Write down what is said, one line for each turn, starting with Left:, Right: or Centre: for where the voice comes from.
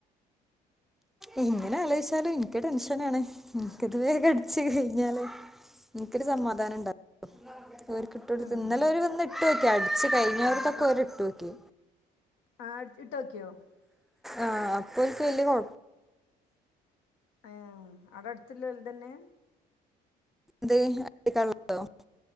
Centre: ഇങ്ങനെ ആലോചിച്ചാലും എനിക്ക് ടെൻഷനാണ് എനിക്കിത് വേഗം അടിച്ച് കഴിഞ്ഞാലേ എനിക്കൊരു സമാധാനംണ്ട ഇവരിക്ക് ഇട്ട് കൊടുത്തു
Left: ആഹ്
Centre: ഇന്നലെ ഒര് വന്ന് ഇട്ട് നോക്കി അടച്ച് കഴിഞ്ഞവർത്തൊക്കെ
Left: പിന്നെ ക്ലാ
Centre: ഒരി ഇട്ടുനോക്കി
Left: ആഹ് അടിച്ച്ഇട്ട് നോക്കിയോ
Centre: ആഹ് അപ്പൊ എനിക്ക് വല്യകൊഴ
Left: അയ്യോ അകം അടുത്തല്ലതന്നെ
Centre: എന്ത് <inaudible>